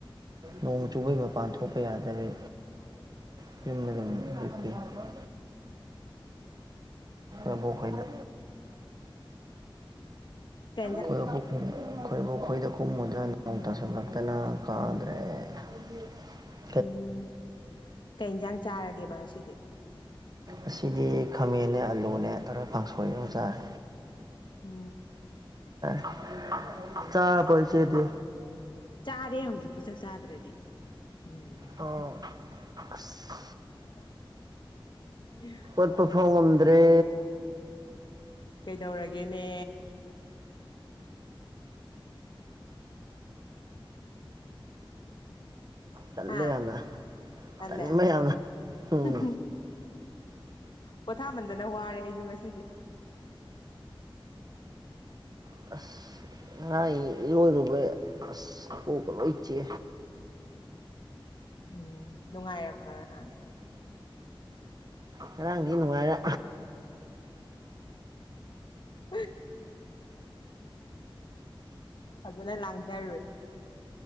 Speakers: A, on the right; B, on the left.
A: ꯅꯣꯡ ꯆꯨꯕꯒꯤ ꯃꯄꯥꯟ ꯊꯣꯛꯄ ꯌꯥꯗꯔꯦ
B: <unintelligible>
A: <unintelligible> ꯑꯕꯣꯛꯍꯣꯏꯅ
B: ꯀꯦꯟꯖ
A: <unintelligible> ꯑꯩꯈꯣꯏꯕꯨꯛ ꯈꯣꯏ ꯑꯕꯨꯛ ꯈꯣꯏꯗ ꯀꯣꯡꯃꯨꯗꯅ ꯅꯣꯡ ꯇꯁꯤꯜꯂꯛꯇꯅ ꯀꯥꯗ꯭ꯔꯦ <unintelligible>
B: ꯎꯝ ꯀꯩ ꯏꯟꯁꯥꯡ ꯆꯥꯔꯒꯦꯕ ꯉꯁꯤꯗꯤ
A: ꯑꯁꯤꯗꯤ ꯈꯥꯃꯦꯟꯅꯦ ꯑꯂꯨꯅꯦ ꯇꯧꯔꯒ ꯀꯥꯡꯁꯣꯏ ꯑꯃꯥ ꯆꯔꯦ
B: ꯎꯝ
A: <unintelligible> ꯆꯥꯔꯕꯣ ꯏꯆꯦꯗꯤ
B: ꯆꯥꯔꯦ ꯍꯧꯖꯤꯛꯄꯨ ꯆꯥꯛ ꯆꯥꯗ꯭ꯔꯗꯤ ꯎꯝ
A: ꯑꯣ ꯑꯁ
B: <inaudible>
A: ꯎꯠꯄ ꯐꯥꯎ ꯉꯝꯗ꯭ꯔꯦ
B: ꯀꯩꯗꯧꯔꯒꯦꯅꯦ
A: ꯇꯜꯂꯦ
B: ꯍꯥ
A: ꯌꯥꯝꯅ
B: ꯇꯟꯂꯦ
A: ꯇꯟꯕ ꯌꯥꯝꯅ ꯎꯝ
B: <unintelligible> ꯄꯣꯊꯥꯃꯟꯗꯅ ꯋꯥꯔꯦ ꯑꯩꯁꯨ ꯉꯁꯤꯗꯤ
A: ꯑꯁ ꯉꯥꯏ ꯏꯔꯣꯏꯔꯨꯕꯩ ꯑꯁ ꯀꯣꯛꯀꯥ ꯂꯣꯏꯆꯦ
B: ꯎꯝ ꯅꯨꯡꯉꯥꯏꯔꯛꯄ꯭ꯔ ꯉꯔꯡ
A: ꯉꯔꯥꯡꯗꯤ ꯅꯨꯡꯉꯥꯏꯔ
B: <unintelligible> ꯐꯖꯅ ꯂꯥꯡꯗꯔꯨꯔꯒꯦ